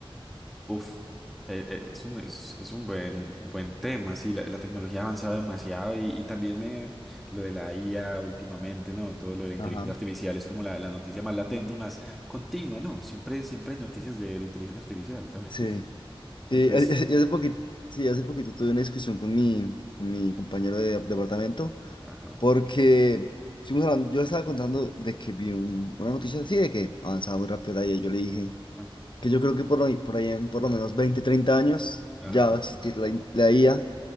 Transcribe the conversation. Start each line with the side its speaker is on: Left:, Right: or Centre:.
Centre: Uf, eh, eh, es un, es, es un buen, buen tema, sí, la, la tecnología ha avanzado demasiado y, y también me, lo de la IA últimamente, ¿no? Todo lo de la inteligencia
Left: Ajá.
Centre: artificial es como la, la noticia más latente
Left: Mm.
Centre: y más continua, ¿no? Siempre, siempre hay noticias de, de inteligencia artificial también.
Left: Sí,
Centre: <laughs>
Left: sí,
Centre: Entonces,
Left: a- a- y hace poquito, sí, hace poquito tuve una discusión con mi, con mi compañero de departamento
Centre: ajá,
Left: porque estuvimos hablando- yo estaba contando de que vi un- una noticia así de que avanzaba muy rápido la IA. Yo le dije,
Centre: ajá,
Left: que yo creo que por, lo- por ahí en por lo menos 20 30 años
Centre: ajá.
Left: ya va a existir la, in- la IA